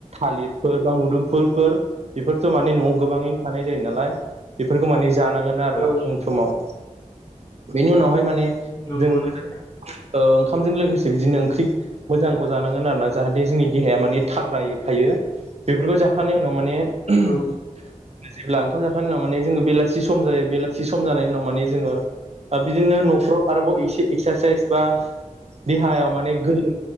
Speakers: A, on the right; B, on the left.
A: थालिरफोर बा मुदुमफुलफोर बेफोरथ माने नआव गोबाङैनो थानाय जायो नालाय। बेफोरखौ माने जानांगोन आरोना
B: औ
A: फुं समाव। बेनि उनावहाय माने
B: नंगौ
A: जोंङो मोजां।
B: नोंथां
A: ओंखामजों लोगोसे बिदिनो ओंख्रि मोजांखौ जानांगोन आरो ना जाहाथे जोंनि देहाया माने थाग्रायै। थायो बेफोरखौ जाखांनायनि उनाव माने उम
B: औ
A: जेब्ला ओंखाम जाखानायनायनि उनाव माने जोङो बेलाथि सम जायो बेलाथि सम जानाय उनाव माने जोङो। ओ-बिदिनो नफ्राव आरोबाव एसे एक्सारसाइस बा देहायाव माने गोलोम